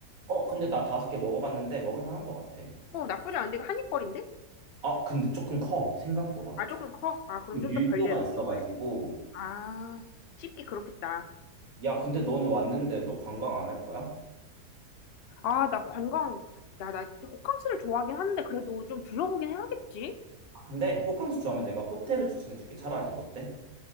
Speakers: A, on the right (about 60°); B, on the left (about 80°).
A: 어, 근데 나 다섯 개 먹어봤는데 먹을 만한 것 같아.
B: 어, 나쁘지 않은데 이거 한입거리인데?
A: 아, 근데 조금 커, 생각보다.
B: 아, 조금 커? 아, 그럼
A: 그 밀도가
B: 좀 더 벌려야 돼,
A: 있어가지고.
B: 입을. 아, 쉽게 그렇겠다.
A: 야, 근데 넌 왔는데 너 관광 안 할 거야?
B: 아, 나 관광, 야, 나 호캉스를 좋아하긴 하는데, 그래도 좀 둘러보긴 해야겠지?
A: 아, 근데 호캉스 좋아하면 내가 호텔을 추천해줄게. 차라리 어때?